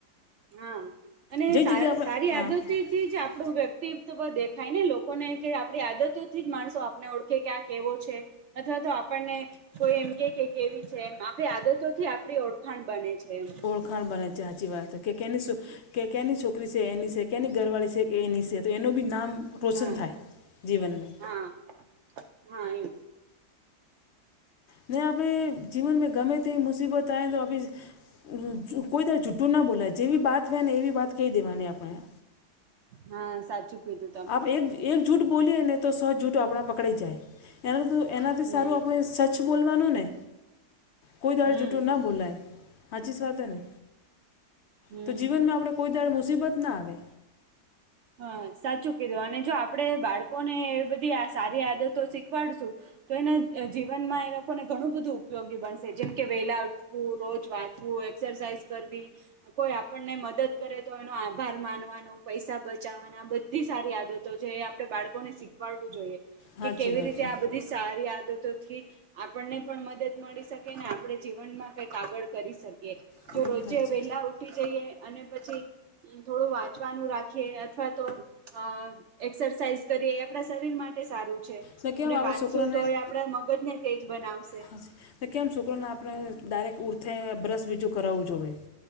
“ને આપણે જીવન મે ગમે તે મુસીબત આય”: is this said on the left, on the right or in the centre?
Left